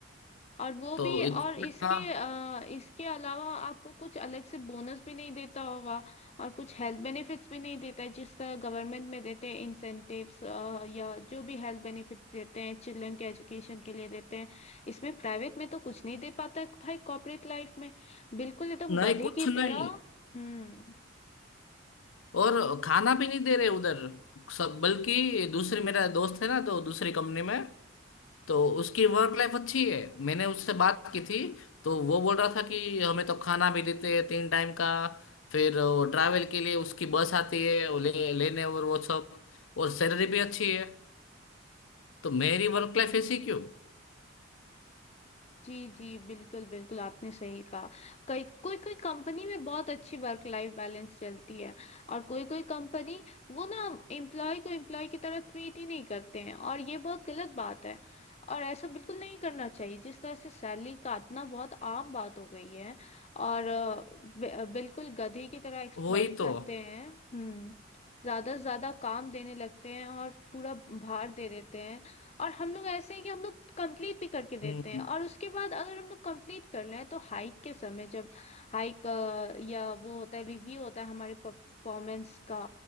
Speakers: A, on the left; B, on the left.
A: और वो
B: तो
A: भी और
B: इतना
A: इसके अ, इसके अलावा आपको कुछ अलग से बोनस भी नहीं देता होगा और कुछ हेल्थ बेनिफिट्स भी नहीं देता है जिस तरह गवर्नमेंट में देते हैं इंसेंटिव्स या जो भी हेल्थ बेनिफिट्स देते हैं चिल्ड्रन के एजुकेशन के लिए देते हैं इसमें प्राइवेट में तो कुछ नहीं दे पाता है भाई कॉर्पोरेट लाइफ में बिल्कुल एकदम
B: नहीं
A: गधे
B: कुछ
A: की
B: नहीं
A: तरह हम्म
B: और खाना भी नहीं दे रहे उधर सब बल्कि दूसरे मेरा दोस्त है ना तो दूसरी कंपनी में तो उसकी वर्क लाइफ अच्छी है मैंने उससे बात की थी तो वो बोल रहा था कि हमें तो खाना भी देते हैं तीन टाइम का फिर वो ट्रैवल के लिए उसकी बस आती है वो ले लेने और वो सब और सैलरी भी अच्छी है तो मेरी वर्क लाइफ ऐसी क्यों
A: जी जी बिल्कुल बिल्कुल आपने सही कहा कई कोई कोई कंपनी में बहुत अच्छी वर्क लाइफ बैलेंस चलती है और कोई कोई कंपनी वो ना एम्प्लॉय को एम्प्लॉय की तरह ट्रीट ही नहीं करते हैं और ये बहुत गलत बात है और ऐसा बिल्कुल नहीं करना चाहिए जिस तरह से सैलरी काटना बहुत आम बात हो गई है और अ, बि- अ, बिल्कुल गधे की तरह एक्सप्लॉइट
B: वही तो
A: करते हैं हम्म ज्यादा से ज्यादा काम देने लगते हैं और पूरा भार दे देते हैं और हम लोग ऐसे हैं कि हम लोग कंप्लीट भी करके देते
B: हम्म,
A: हैं और उसके बाद अगर हम लोग कंप्लीट कर लें तो हाइक के समय जब हाइक या वो होता है रिव्यू होता है हमारे परफॉर्मेंस का